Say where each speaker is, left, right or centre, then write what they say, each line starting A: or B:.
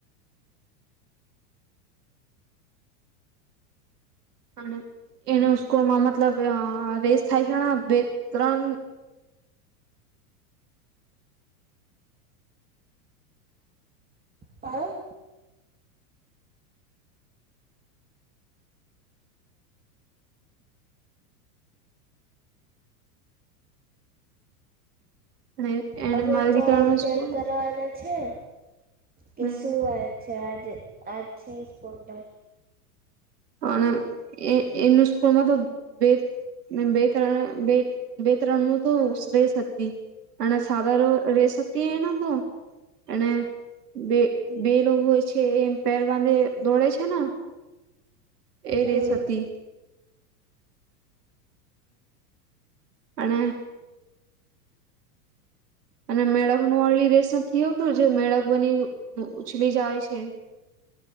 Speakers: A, on the right; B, on the right.
A: અને. એને સ્કૂલમાં મત લબ આ રેસ થાય છે બે ત્રણ
B: હા.
A: અને એને
B: હવે
A: મારી
B: તો
A: દીકરાનું
B: ચેક
A: સ્કૂલ
B: કરવાના છે. કે
A: હમ
B: શું છે. જે આજ છે સ્પોટર.
A: અને એ એમની સ્કૂલમાં તો બે બે ત્રણ બે બે ત્રણ નું તો શ્રેસ અને સાદા રેસ હતી એને તો અને બે બે લોકો હોય છે એમ. પેર બાંધી દોડે છે ને. એ રેસ
B: એવુ.
A: હતી.
B: <inaudible>
A: અણે અને મેળક ન અલી રસ એવું તો જે મેળક બની ઉછલી જાય છે